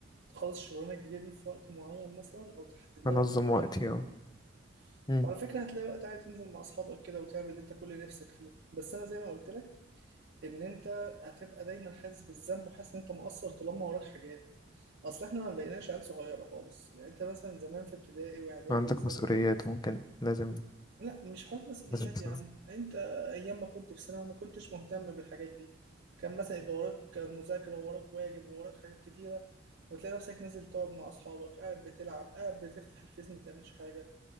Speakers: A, on the right; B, on the left.
A: تخلص الشغلانه الجديده دي في وقت معين مثلا او تحدد لها
B: انظم
A: وقت معين
B: وقتي
A: في اليوم
B: اه مم.
A: وعلى فكرة هتلاقي وقت عادي تنزل مع أصحابك كده وتعمل اللي أنت كل نفسك فيه بس أنا زي ما قلت لك إن أنت هتبقى دايما حاسس بالذنب وحاسس إن أنت مقصر طالما وراك حاجات أصل إحنا ما بقيناش عيال صغيرة خالص يعني أنت مثلا زمان في ابتدائي وإعدادي
B: عندك
A: وثانوي
B: مسؤوليات ممكن لازم
A: لا مش حوار مسؤوليات
B: لازم تسوي.
A: يا عم أنت أيام ما كنت في ثانوي ما كنتش مهتم بالحاجات دي كان مثلا يبقى وراك مذاكرة ووراك واجب ووراك حاجات كتيرة وتلاقي نفسك نازل تقعد مع أصحابك قاعد بتلعب قاعد بتفتح الفيس ما بتعملش حاجة